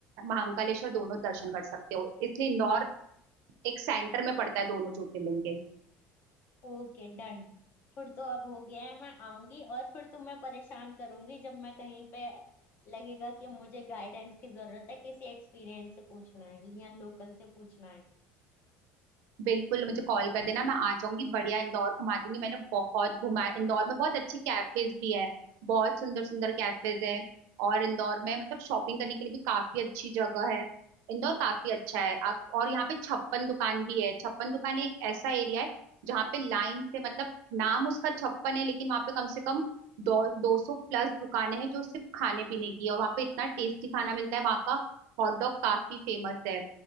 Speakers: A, on the right (about 75°); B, on the left (about 45°).
A: महाकालेश्वर दोनों दर्शन कर सकते हो इसलिए इंदौर एक सेंटर में पड़ता है दोनों ज्योतिर्लिंग के
B: Okay done फिर तो अब हो गया है मैं आऊंगी और फिर तुम्हें परेशान करूंगी जब मैं कहीं पे लगेगा कि अब मुझे गाइडेंस की जरूरत है किसी एक्सपीरियंस से पूछना है या लोकल से पूछना है
A: बिल्कुल मुझे कॉल कर देना मैं आ जाऊंगी बढ़िया इंदौर घुमा दूंगी मैंने बहुत घुमा इंदौर में बहुत अच्छे कैफेज भी है बहुत सुंदर सुंदर कैफेज हैं और इंदौर में मतलब शॉपिंग करने के लिए भी काफी अच्छी जगह है इंदौर काफी अच्छा है आप और यहाँ पे छप्पन दुकान भी है छप्पन दुकान एक ऐसा एरिया है जहाँ पे लाइन से मतलब नाम उसका छप्पन है लेकिन वहाँ पे कम से कम दो दो सौ प्लस दुकानें हैं जो सिर्फ खाने पीने की है और वहाँ पे इतना टेस्टी खाना मिलता है वहाँ का हॉट डॉग काफी फेमस है